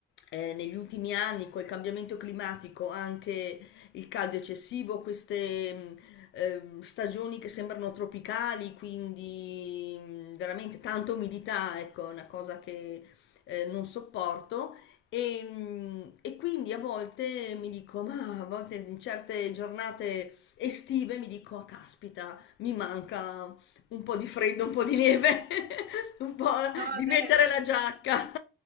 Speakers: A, on the left (about 70°); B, on the right (about 50°).
A: eh, negli ultimi anni col cambiamento climatico, anche il caldo eccessivo, queste mh, ehm, stagioni che sembrano tropicali, quindi mh, veramente tanta umidità, ecco, è una cosa che eh, non sopporto. E, mh, e quindi a volte mi dico, ma a volte in certe giornate estive mi dico, "Ah, caspita, mi manca un po' di freddo, un po' di neve, <laughs> un po'
B: No,
A: di
B: se,
A: mettere
B: eh,
A: la giacca.